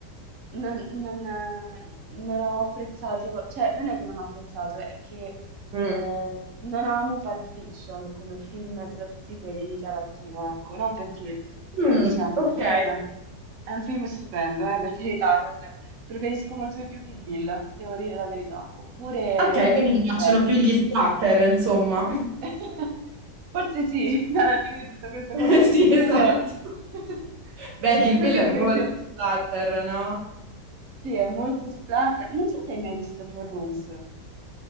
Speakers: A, on the right; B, on the right.
A: non, non, eh, non ho apprezzato, cioè non è che non ho apprezzato, è che
B: Mm.
A: eh, non amo Pulp Fiction come film tra tutti quelli di Tarantino, ecco, non perché
B: Mm,
A: non sia un
B: ok,
A: bel film, è un film stupendo, eh, per carità, non- preferisco molto di più Kill Bill, devo dire la verità, oppure
B: ok,
A: quelli
B: quindi
A: un po' più
B: ti piacciono
A: vecchi.
B: più gli splatter, insomma.
A: <laughs> Forse sì, alla fine di tutta questa
B: <laughs>
A: conversazione
B: Sì, esatto.
A: <laughs>
B: Beh,
A: si
B: Kill
A: è capito
B: Bill è molto
A: che mi piace.
B: splatter, no?
A: Sì, è molto splatter. Non so se hai mai visto Four Rooms